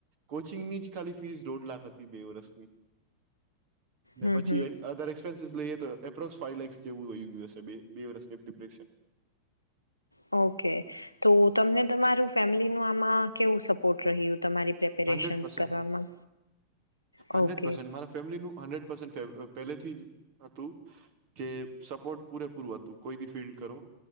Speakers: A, on the right; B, on the left.
A: કોચિંગની ખાલી ફીસ દોઢ લાખ હતી બે વર્ષની.
B: હમ
A: પછી
B: હમ
A: એક અ દરે <unintelligible> એ તો એપ્રોક્સ ફાઇવ લેક્સ જેવું ગયું હશે બે વર્ષ ડિપ્રેશન.
B: ઓકે તો તમને તમારું ફેમિલી નું આમાં કેવું સપોર્ટ રહ્યું? તમારી પ્રેપેરેશન્સ
A: હંડ્રેડ પર્સન,
B: કરવામાં ઓકે
A: હંડ્રેડ પર્સન મારા ફેમિલીનું હંડ્રેડ પર્સન કે અ પહેલેથી જ હતું કે સપોર્ટ પૂરેપૂરું હતું કોઈ બી ફિલ્ડ કરો